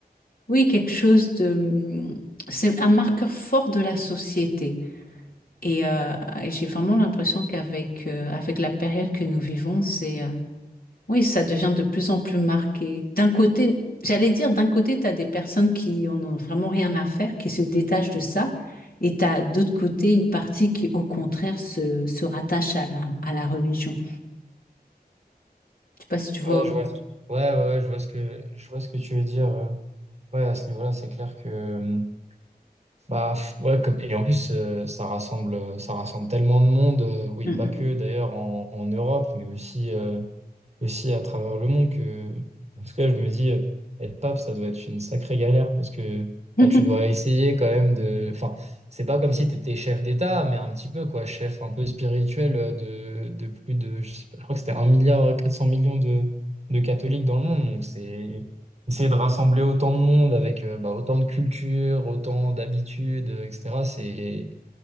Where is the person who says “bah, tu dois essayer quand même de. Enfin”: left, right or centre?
Right